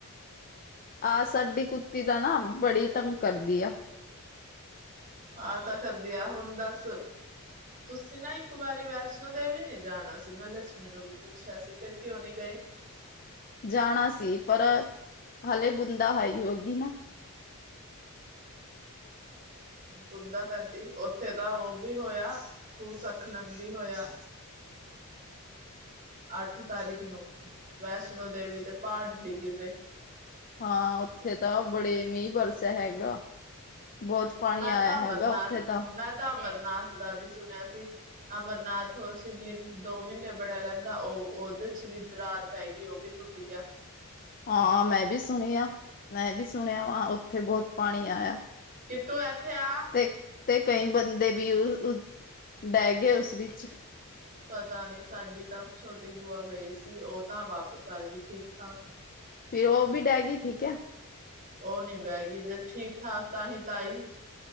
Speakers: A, on the left; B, on the right.
A: ਆਹ ਸਾਡੀ ਕੁੱ। ਕੁਤੀ ਤਾਂ ਨਾ ਬੜੀ ਤੰਗ ਕਰਦੀ ਆ।
B: ਆਹ ਤਾਂ ਕਰਦੀ ਆ ਹੁਣ ਦੱਸ। ਤੁਸੀਂ ਨਾ ਇੱਕ ਵਾਰੀ ਵੈਸ਼ਨੋ ਦੇਵੀ ਵੀ ਜਾਣਾ ਸੀ ਮੈਂ ਲੱਛਮੀ ਨੂੰ ਵੀ ਪੁੱਛਿਆ ਸੀ ਫਿਰ ਕਿਉਂ ਨਹੀਂ ਗਏ।
A: ਜਾਣਾ ਸੀ ਪਰ ਹਾਲੇ ਬੁੰਦਾ ਹਾਈ ਹੋ ਗਈ ਨਾ।
B: ਬੁੰਦਾ ਪੈਂਦੀ ਓਥੇ ਤਾਂ ਓ ਵੀ ਹੋਏਆ। ਭੂਸਖਲਨ ਵੀ ਹੋਏਆ। ਅੱਠ ਤਾਰੀਖ ਨੂੰ। ਵੈਸ਼ਨੋ ਦੇਵੀ ਦੇ ਪਾੜ ਡਿੱਗ ਪੇ।
A: ਹਾਂ, ਓਥੇ ਤਾਂ ਬੜੇ ਮੀਂ ਬਰਸੇ ਹੈਗਾ। ਬਹੁਤ ਪਾਣੀ
B: ਮੈਂ
A: ਆਇਆ
B: ਤਾਂ ਅਮਰਨਾਥ
A: ਹੈਗਾ ਉੱਥੇ ਤਾਂ।
B: ਮੈਂ ਤਾਂ ਅਮਰਨਾਥ ਦਾ ਵੀ ਸੁਣੇਆ ਸੀ। ਅਮਰਨਾਥ ਓ ਸ਼ਿਵਲਿੰਗ ਦੋ ਮੀਨੇ ਬਣੇਆ ਰੈਂਦਾ ਓ ਓਦੇ ਚ ਵੀ ਦਰਾਰ ਪੈਗੀ ਓ ਵੀ ਟੁੱਟ ਗਯਾ।
A: ਹਾਂ ਮੈਂ ਵੀ ਸੁਣੇਆ, ਮੈਂ ਵੀ ਸੁਣੇਆ ਵਾ ਓਥੇ ਬੋਤ ਪਾਣੀ ਆਏਆ।
B: ਕਿਟੂ ਐਥੇ ਆ।
A: ਤੇ ਤੇ ਕਈ ਬੰਦੇ ਵੀ ਉ ਉ ਡੈ ਗਏ ਉਸ ਵਿੱਚ
B: ਪਤਾ ਨੀ ਸਾਡੀ ਤਾਂ ਛੋਟੀ ਬੂਆ ਗਈ ਸੀ। ਓ ਤਾਂ ਵਾਪਸ ਆਗੀ ਠੀਕ ਠਾਕ।
A: ਫਿਰ ਓ ਵੀ ਡੈ ਗੀ ਥੀ ਕਆ?
B: ਓ ਨੀ ਬਹ ਗੀ। ਜੇ ਠੀਕ ਠਾਕ ਤਾਂਹੀ ਤਾਂ ਆਈ।